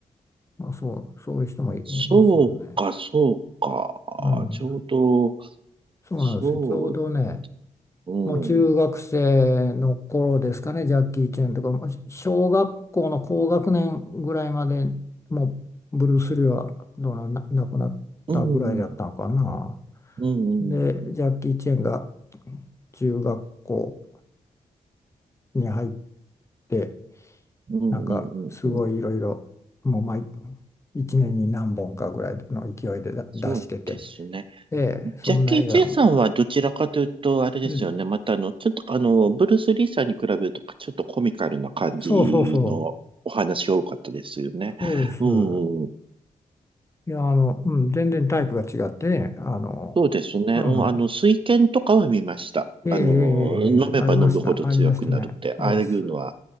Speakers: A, on the left (about 20°); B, on the right (about 40°).
A: まあ、そう、そういう人もいますもんね。
B: そうか、そうか。
A: うん、
B: ちょうど、
A: そうなんですよ。
B: そう、
A: ちょうどね、
B: うん、
A: もう中学生の頃ですかね、ジャッキー・チェンとか、もう小学校の高学年ぐらいまでもうブルース・リーはどうな、な亡くなったぐらいだったのかな。
B: うん、うん、うん、
A: で、ジャッキー・チェンが中学校に入って、
B: うん、
A: なんかすごいいろいろもう毎
B: うん、うん
A: 1年に何本かぐらいの勢いでだ出してて、
B: そうですね。
A: ええ、そんな映画を、
B: ジャッキー・チェンさんはどちらかというと、あれですよね。
A: うん、
B: また、あの、ちょっと、あの、ブルース・リーさんに比べると、ちょっとコミカルな感じのお話が多かったですよね。
A: そうそうそう、そうです。
B: うん、
A: いや、あの、うん、全然タイプが違ってね、あの、
B: そうですね。
A: うん、
B: うん、あの、水拳とかは見ました。
A: ええ、
B: あの、
A: ええ、
B: 飲めば飲むほど強くなるって、
A: ええありました、ありましたね。ええ、
B: ああいうのは
A: そ